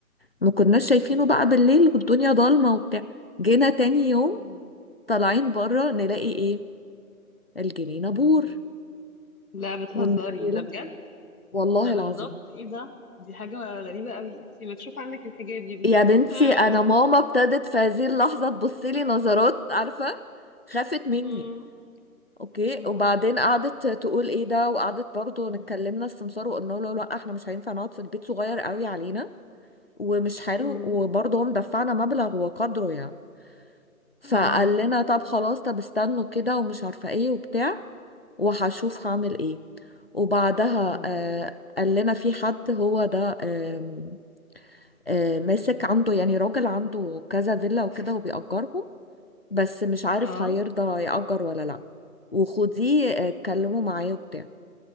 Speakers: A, on the left; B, on the left.
A: ما كناش شايفينه بقى بالليل والدنيا ضلمة وبتاع جينا تاني يوم
B: مم.
A: طالعين بره نلاقي ايه الجنينة
B: مم.
A: بور
B: لا بتهزري
A: والنجيلة
B: ده بجد
A: والله
B: ده بالظبط
A: العظيم
B: ايه ده دي حاجة غريبة قوي انتي مكشوف عنك الحجاب يا بنتي
A: يا بنتي
B: <laughs>
A: انا ماما ابتدت في هذه اللحظة تبص لي نظرات عارفة خافت مني
B: مم.
A: اوكي
B: مم.
A: وبعدين قعدت تقول ايه ده وقعدت برضو نتكلمنا السمسار وقلنا له لا احنا مش هينفع نقعد في البيت صغير قوي علينا ومش حلو
B: مم.
A: وبرضه هم دفعنا مبلغ وقدره يعني فقال
B: اه
A: لنا طب خلاص طب استنوا كده ومش عارفة ايه وبتاع وهشوف هعمل ايه وبعدها
B: مم.
A: آه قال لنا في حد هو ده آم، آه ماسك عنده يعني راجل عنده كذا فيلا وكده وبيأجرهم بس مش عارف
B: اه
A: هيرضى يأجر ولا لا وخديه آه، اتكلموا معاه وبتاع